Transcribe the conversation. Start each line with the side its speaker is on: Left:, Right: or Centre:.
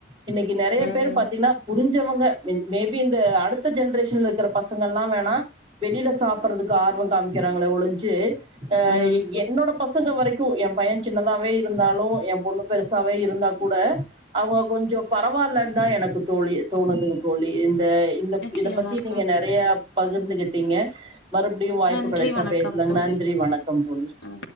Right: இன்னைக்கி நறைய
Left: ம்.
Right: பேரு பாத்தீங்கன்னா புரிஞ் மிச்சோஇவுங்க மேபி இந்த அடுத்த ஜென்ரேஷன்ல இருக்கற பசங்கள்லா வேணா வெளியில சாப்புட்றதுக்கு ஆர்வோ காமிக்கிறாங்களே ஒழிஞ்சி ஆ
Left: ம்.
Right: என்னோட பசங்க வரைக்கு எயா பைய சின்னதாவே இருந்தாலு எயா பொண்ணு பெருசாவே இருந்தா கூட அவங்க கொஞ்சோ பரவால்லன்னுதா எனக்கு தோழி தோணுதுங்க தோழி இந்த இந்த
Left: நிச்சயமா
Right: இத பத்தி நீங்க
Left: தோழி.
Right: நெறைய பகிர்ந்துகிட்டீங்க மறுபடியு வாய்ப்பு
Left: நன்றி,
Right: கெடைச்சா
Left: வணக்கம்
Right: பேசலங்க
Left: தோழி.
Right: நன்றி வணக்கம் தோழி
Left: அ.